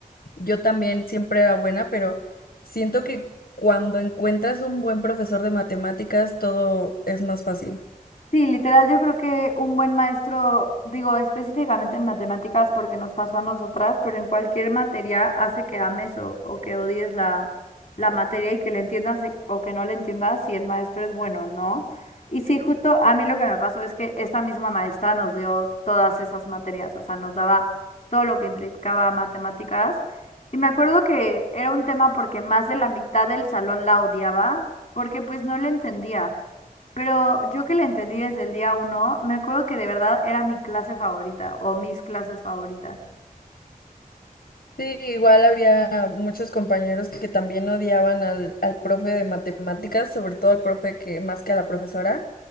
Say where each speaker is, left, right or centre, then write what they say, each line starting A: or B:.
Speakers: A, on the left (about 75°); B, on the left (about 45°).
A: Yo también siempre era buena, pero siento que cuando encuentras un buen profesor de matemáticas, todo es más fácil.
B: Sí, literal, yo creo que un buen maestro, digo específicamente en matemáticas porque nos pasó a nosotras, pero en cualquier materia hace que ames o, o que odies la, la materia y que le entiendas e- o que no le entiendas si el maestro es bueno, ¿no? Y sí, justo a mí lo que me pasó es que esta misma maestra nos dio todas esas materias, o sea, nos daba todo lo que implicaba matemáticas. Y me acuerdo que era un tema porque más de la mitad del salón la odiaba porque pues no le entendía. Pero yo que la entendí desde el día uno, me acuerdo que de verdad era mi clase favorita o mis clases favoritas.
A: Sí, igual había muchos compañeros que también odiaban al, al profe de matemáticas, sobre todo al profe que más que a la profesora.